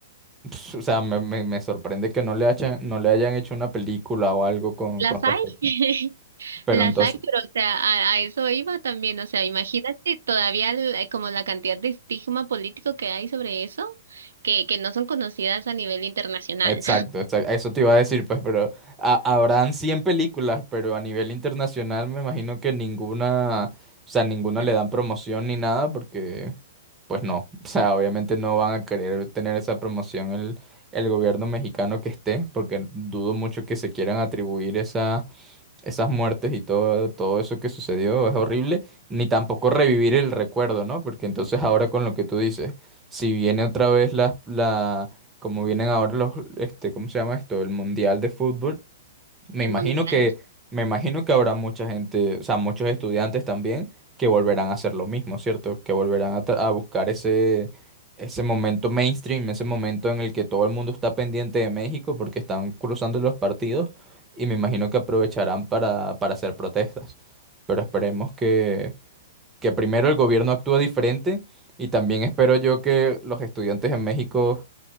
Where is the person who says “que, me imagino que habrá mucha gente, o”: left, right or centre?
Right